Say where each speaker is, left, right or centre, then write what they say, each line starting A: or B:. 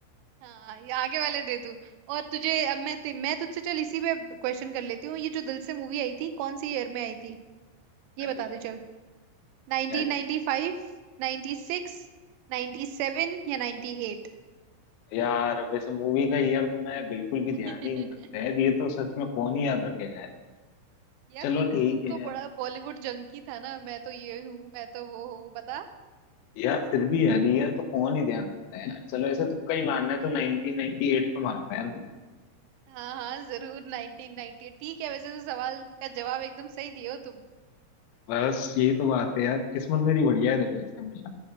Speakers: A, on the right; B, on the left.
A: हाँ ये आगे वाले दे तू और तुझे अब मैं ते- मैं तुझसे चल इसी पे क्वेश्चन कर लेती हूँ ये जो दिल से मूवी आई थी कौन सी ईयर में आई थी ये
B: अरे
A: बता
B: यार
A: दे चल 1995
B: यार
A: 96 97 या 98
B: यार वैसे मूवी का ईयर तो मैं बिल्कुल भी ध्यान
A: <laughs>
B: ही नहीं रखता है ये तो सच में कौन ही याद रखेगा यार
A: यार
B: चलो
A: क्यों
B: ठीक
A: तू
B: है
A: तो बड़ा बॉलीवुड जंकी था ना मैं तो ये हूँ मैं तो वो हूँ बता
B: यार फिर भी यार ये तो कौन ही ध्यान रखता है यार चलो ऐसे तुक्का ही मारना है तो 1998 पे मारूंगा यार
A: हाँ हाँ जरूर नाइनटीन नाइनटी ठीक है वैसे तो सवाल का जवाब एकदम सही दिए हो तुम
B: बस यही तो बात है यार किस्मत मेरी बढ़िया है देखो इसका हमेशा